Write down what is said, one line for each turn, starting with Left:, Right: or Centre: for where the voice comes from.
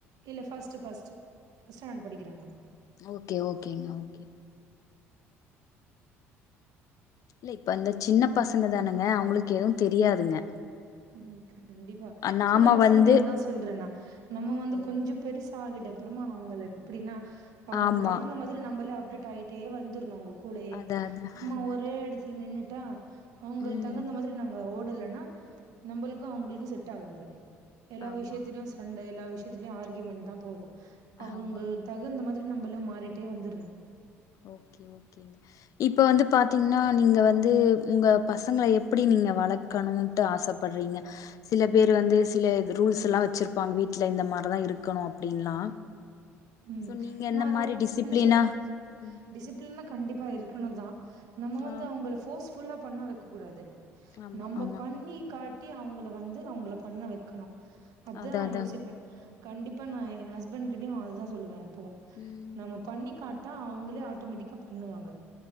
Right: இல்ல ஃபர்ஸ்ட்டு ஃபர்ஸ்ட்டு ஃபர்ஸ்ட் ஸ்டாண்டர்ட் படிக்கிறாங்க
Left: ஓகே ஓகேங்க ஓகே இல்ல இப்ப அந்த சின்ன பசங்க தானுங்க அவங்களுக்கு எதுவு தெரியாதுங்க
Right: ம் கண்டிப்பா
Left: நாம
Right: சின்ன பசங்கள்
Left: வந்து
Right: தா சொல்றனா நம்ம வந்து
Left: ம்
Right: கொஞ்ச பெருசாகிட்ட அப்றமா அவுங்கள எப்டின்னா அவுங்க
Left: ஆமா
Right: தகுந்த மா திரி நம்மளே அப்டேட் ஆயிட்டே வந்துருனோ அவுங்க கூடயே
Left: அதா அதா
Right: நம்ம
Left: அதா
Right: ஒரே எடத்துல நின்னுட்டா அவுங்களுத்
Left: ம்
Right: தகுந்த மாதிரி நாங்க ஓடலன்னா நம்பளுக்கு அவுங்களுக்கு செட் ஆகாது எல்லா
Left: ஆமா
Right: விஷயத்திலயு
Left: ஆமா
Right: அண்ட எல்லா விஷயத்திலயு ஆர்க்யுமெண்ட் தா போகும் அவுங்க
Left: ஆமா
Right: தகுந்த மாதிரி நம்பளு மாரிட்டே வந்துரனும்
Left: ஓகே ஓகே இப்ப வந்து பாத்திங்ன்னா நீங்க வந்து உங்க பசங்கள எப்டி நீங்க வள க்கணுன்ட்டு ஆசப்பட்றீங்க சில பேர் வந்து சில ரூல்ஸ்ல்லா வெச்சிருப்பாங்க வீட்ல இந்த மாதி தான் இருக்கனும் அப்டின்லா
Right: ம்
Left: சோ நீங்க எந்த
Right: நா
Left: மாரி
Right: ரொம்ப
Left: டிசிப்ளினா
Right: என்ன சொல்றது
Left: ம்
Right: டிசிப்ளின்னா கண்டிப்பா இருக்கணு தா நம்ம வந்து
Left: ஆ
Right: அவுங்கள போர்ஸ்ஃபுல்லா பண்ண வைக்கக் கூடாது
Left: ஆமா
Right: நம்ம
Left: ஆமாங்க
Right: பண்ணி காட்டி அவுங்கள வந்து அவுங்கள பண்ண வெக்கனும் அதான்
Left: அதா
Right: நா
Left: அதாங்க
Right: யோசிப்பேன் கண்டிப்பா நா எ ஹஸ்பண்ட் கிட்டயும் அது தான் சொல்லுவேன் எப்பவும்
Left: ம்
Right: பண்ணிக்க காட்ட அவுங்களே ஆட்டோமேட்டிக்கா பண்ணுவாங்க